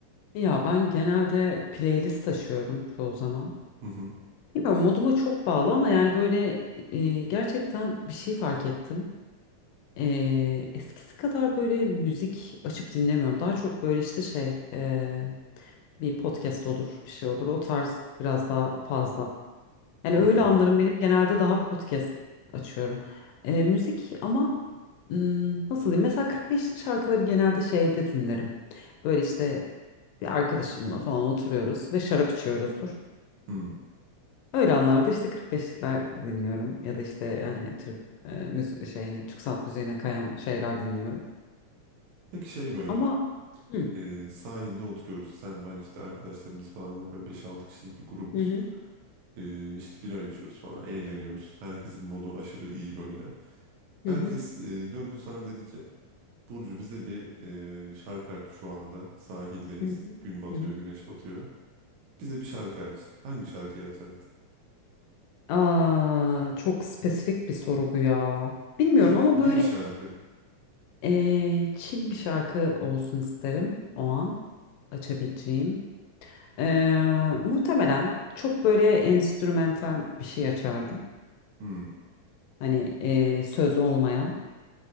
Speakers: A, on the left; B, on the right.
A: Ya ben genelde playlist taşıyorum çoğu zaman.
B: Hı hı.
A: Bilmiyorum moduma çok bağlı ama yani böyle e, gerçekten bir şey fark ettim. E, eskisi kadar böyle müzik açıp dinlemiyorum. Daha çok böyle işte şey e, bir podcast olur bir şey olur. O tarz biraz daha fazla. Yani
B: Allah
A: öyle anlarım
B: Allah.
A: benim genelde daha podcast açıyorum. Ee, müzik ama hmm, nasıl diyeyim? Mesela 45'lik şarkıları genelde şeyde dinlerim. Böyle işte bir arkadaşımla falan oturuyoruz ve şarap içiyoruzdur.
B: Hı.
A: Öyle anlarda işte 45'likler dinliyorum ya da işte hani Türk e, müzik şeyine, Türk sanat müziğine kayan şeyler dinliyorum.
B: Peki şey böyle
A: Ama hı
B: e, sahilde oturuyoruz sen ben işte arkadaşlarımız falan var böyle beş altı kişilik bir grubuz.
A: hı hı
B: E, işte bira içiyoruz falan eğleniyoruz. Herkesin modu aşırı iyi böyle. Herkes
A: hı
B: e, döndü sana dedi ki Burcu bize bir e, şarkı aç şu anda. Sahildeyiz.
A: hı hı.
B: Gün batıyor,
A: hı hı.
B: güneş batıyor. Bize bir şarkı aç. Hangi şarkıyı açardın?
A: Aa, çok spesifik bir soru bu ya. Bilmiyorum
B: Bir,
A: ama
B: bir
A: böyle
B: şarkı.
A: Ee, chill bir şarkı olsun isterim o an açabileceğim. Ee, muhtemelen çok böyle enstrümantal bir şey açardım.
B: Hmm.
A: Hani ee, söz olmayan.